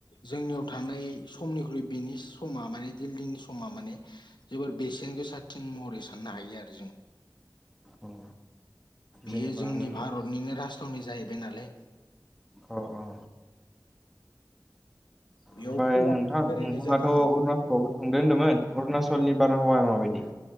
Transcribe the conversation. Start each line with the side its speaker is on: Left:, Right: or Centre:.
Left: जोंनियाव थानाय समनिख्रुइ बेनि समा माने दिल्डंनि समा माने जोबोर बेसेन गोसासिन महरै साननो हायो आरो जों।
Centre: अ
Left: बियो
Centre: जेनेबा
Left: जोंनि
Centre: नों
Left: भारतनिनो राजथावनि जाहैबाय नालाय।
Centre: अ अ औ।
Left: बेयाव
Centre: ओमफ्राय
Left: गोबां
Centre: नोंथां
Left: बेरायनाय
Centre: नोंथाङाथ'
Left: जादों
Centre: अरुणाचलावबो
Left: आं
Centre: सांदों होन्दोंमोन अरुणाचलनि बारहावाया माबायदि